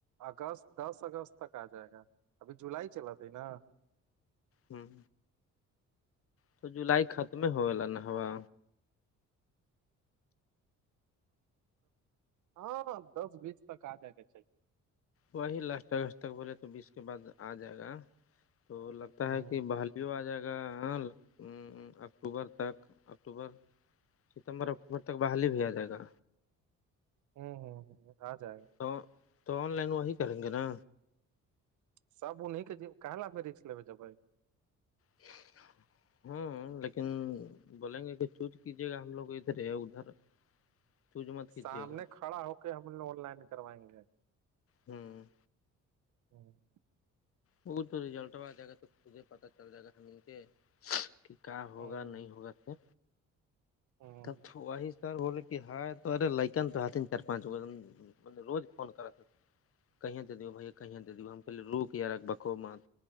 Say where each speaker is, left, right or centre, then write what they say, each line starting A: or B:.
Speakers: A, on the right; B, on the left.
A: اگست دس اگست تک آ جائے گا ابھی جولائی چلات ہے نا
B: ہوں تو جولائی ختم ہوا نا ہوا
A: ہاں دس بیس تک آ جائے کے چاہی
B: وہی لاسٹ اگست تک بولے تو بیس کے بعد آ جائے گا تو لگتا
A: ہوں
B: ہے کہ بال بھی آ جائے گا ا اکتوبر تک اکتوبر ستمبر اکتوبر تک بحالی بھی آ جائے گا
A: ہوں ہوں ہ را جائے گ
B: تو تو آن لائن وہی کریں گے نا
A: سب انیں کے جی کہ ل میں رکس لےے جب
B: ج ہ ہاں لیکن بولیں گے کہ چوز کیجیے گا ہم لوگ ادھر ہے ادھر چوز مت کیجیے
A: سامنے
B: گا
A: کھڑا ہو کے ہم نے آن لائن کروائی ہے
B: ہوں
A: ہوں
B: وہ تو رزلٹ ہوا د گا توجھے پتا چل جائے گا ہم مل کے کہ کیا ہوگا
A: ہ
B: نہیں ہوگا پھر
A: ہ
B: تب وہی سر بول کہ ہائے تو ارے لائکن تو ہ تین چار پانچ بے نے روز فون کرا س کہ دے دی بھیا کہیں دے دی ہم کہہلے روک یا رک بکو مات